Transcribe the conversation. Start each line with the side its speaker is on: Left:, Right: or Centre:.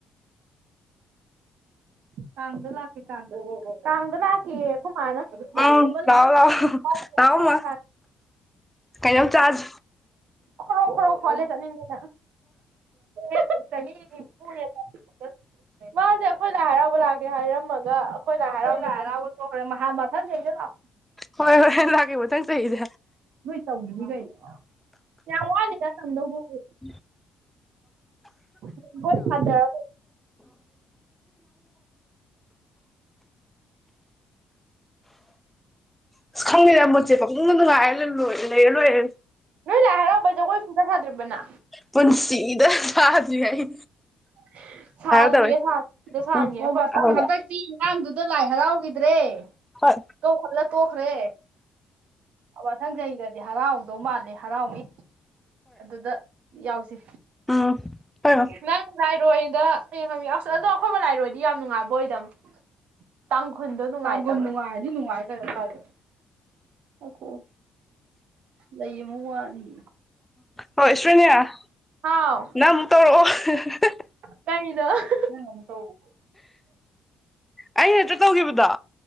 Right: ꯀꯥꯡꯗ ꯂꯥꯛꯀꯦ ꯀꯥꯡꯗ ꯍꯣ ꯍꯣ ꯍꯣ ꯀꯥꯡꯗ ꯂꯥꯛꯀꯦꯌꯦ ꯑꯈꯣꯏ ꯃꯥꯅ <unintelligible> ꯂꯥꯏ
Centre: ꯎꯝ
Right: ꯈꯨꯔꯨꯝꯕ ꯂꯥꯛ
Centre: ꯂꯥꯛꯑꯣ
Right: <unintelligible>
Centre: ꯂꯥꯛꯑꯣ ꯂꯥꯛꯑꯣ ꯃꯥ ꯀꯩꯅꯣꯝ ꯆꯥꯖꯤ
Right: ꯈ꯭ꯔꯣ ꯈ꯭ꯔꯣ ꯈꯣꯠꯂꯦ ꯆꯠꯅꯤꯡꯕꯅ <unintelligible> <unintelligible>
Centre: <inaudible>
Right: ꯃꯥꯁꯦ ꯑꯩꯈꯣꯏ ꯂꯥꯏ ꯍꯔꯥꯎꯕ ꯂꯥꯛꯀꯦ ꯍꯥꯏꯔꯝꯃꯒ ꯑꯩꯈꯣꯏ ꯂꯥꯏ ꯍꯥꯏꯔꯥꯎ <unintelligible> ꯇꯣꯛꯈ꯭ꯔꯦ ꯃꯍꯥ ꯃꯊꯪ ꯆꯍꯤꯗ ꯂꯥꯛꯑꯣ
Centre: ꯍꯣꯏ ꯍꯣꯏ ꯂꯥꯛꯀꯦ ꯃꯊꯪ ꯆꯍꯤꯗ
Right: ꯃꯣꯏ ꯇꯝꯒꯤꯅꯤ ꯀꯩꯅꯣ ꯌꯥꯝ ꯋꯥꯠꯂꯤꯗ ꯇꯝꯗꯧꯕꯕꯨ
Centre: <unintelligible> <unintelligible> <unintelligible>
Right: ꯖꯒꯣꯏ ꯁꯥꯗꯔ
Centre: ꯑꯁ ꯈꯪꯉꯦꯗ ꯃꯨꯠꯁꯦ ꯄꯪꯅꯨꯡꯗ ꯅꯨꯡꯉꯥꯏꯔ ꯂꯣꯏ ꯂꯩꯔ ꯂꯣꯏꯔꯦ
Right: ꯅꯣꯏ ꯂꯥꯏ ꯍꯔꯥꯎꯕꯩ ꯖꯒꯣꯏ ꯁꯨꯡꯁꯥ ꯁꯥꯗ꯭ꯔꯤꯕꯅ
Centre: ꯄꯨꯟꯁꯤꯗ ꯁꯥꯗ꯭ꯔꯤ ꯑꯩ
Right: <unintelligible>
Centre: ꯇꯧꯔꯦ ꯎꯝ ꯑꯍꯣꯏꯕ
Right: ꯍꯟꯇꯛꯇꯤ <unintelligible> ꯗꯨꯗ ꯂꯥꯏ ꯍꯔꯥꯎꯒꯤꯗ꯭ꯔꯦ
Centre: ꯍꯣꯏ
Right: ꯏꯀꯧꯈꯠꯂ ꯇꯣꯛꯈ꯭ꯔꯦ ꯑ ꯃꯊꯪ ꯆꯍꯤꯗ ꯗꯤ ꯍꯔꯥꯎꯗꯧ ꯃꯥꯜꯂꯦ ꯍꯔꯥꯎꯅꯤ ꯑꯗꯨꯗ ꯌꯥꯎꯁꯤ
Centre: ꯑꯥ ꯍꯣꯏ
Right: ꯅꯪ ꯂꯥꯏꯔꯣꯏꯗ <unintelligible> ꯌꯥꯎꯁ ꯑꯗꯣ ꯑꯩꯈꯣꯏ ꯂꯥꯏꯔꯣꯏꯗꯤ ꯌꯥꯝ ꯅꯨꯡꯉꯥꯏꯕ ꯑꯣꯏꯗꯝ ꯇꯥꯡꯈꯨꯜꯗꯣ ꯅꯨꯡꯉꯥꯏꯇꯥꯕꯥ ꯇꯥꯡꯈꯨꯜ ꯅꯨꯡꯉꯥꯏꯔꯗꯤ ꯅꯨꯡꯉꯥꯏ ꯀꯩꯅꯣ <unintelligible> <unintelligible> ꯂꯩ ꯑꯃꯨꯛ ꯋꯥꯠꯂꯤ
Centre: ꯍꯣꯏ ꯏꯁꯣꯔꯅꯤꯌꯥ
Right: ꯍꯥꯎ
Centre: ꯅꯪ ꯑꯃꯨꯛ ꯇꯧꯔꯛꯑꯣ <unintelligible>
Right: ꯀꯩꯩꯅꯣ <unintelligible> ꯅꯪ ꯑꯃꯨꯛ ꯇꯧꯔꯛꯑꯣ
Centre: ꯑꯩ ꯅꯠꯇ꯭ꯔ ꯇꯧꯒꯤꯕꯗꯣ